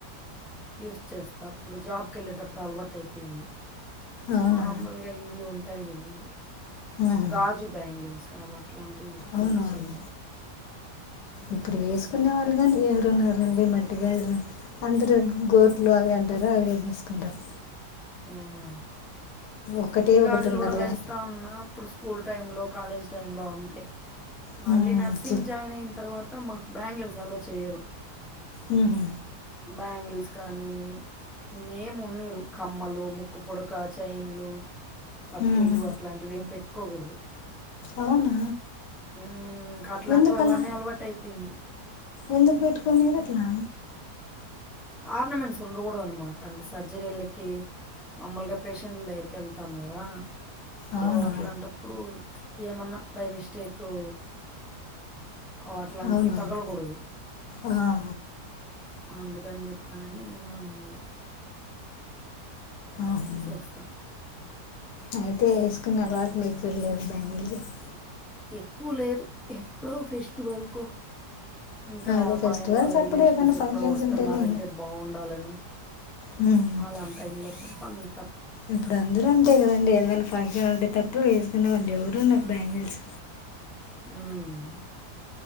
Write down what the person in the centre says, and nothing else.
యూస్ చేస్తా అప్పుడు జాబ్కి వెళ్ళేటప్పుడు అలవాటు అయిపోయింది
మామూలుగాయి ఇవి ఉన్ ఉంటాయ్ కదు
గాజు బ్యాంగిల్స్ అవి అట్లాంటివి ఎక్కు
యూస్ చేయను
య యా
మట్టి గాజులు
కూడా వేస్తా ఉన్నా అప్పుడు స్కూ స్కూల్ టైంలో కాలేజ్ టైంలో అంతే మళ్ళీ
నర్సింగ్
జాయిన్ అయిన తర్వాత్ అంతా మాకూ బ్యాంగిల్స్ అలో చెయ్యరు
బ్యాంగిల్స్ కానీ ఇన్గా ఏం ఉన్నిరు కమ్మలు ముక్కు పుడక చైన్లు పట్టీలు
అట్లాంటివి ఏం పెట్టు కో కూడదు
మ్ ఇంకా అట్లాంటి
వాలానే అలవాటు అయిపోయింది
ఆర్నమెంట్స్ ఉండకూడద అన్నమాట అంటే సర్జరీలకి మమ్మలుగా పేషెంట్ల దగ్గర్కి వెళ్తాం కదా సో
అట్లాంటప్పుడు ఏమన్నా బై మిస్టేకు అ అట్లాంటివి
తగలకూడదు
అందుకని చెప్పానని ఉన్నాడు వారు
తీసేస్తాం
ఎక్కువ లేదు ఎప్పుడో ఫెస్టివల్ కు ఇంకా
మా
ఆయన వాళ్ళ
రిలేషన్స్
ఎప్పుడో
వస్తున్నారంటే
బాగుండాలను
అలాంటి టైమ్ లో పమీ
అ.... మ్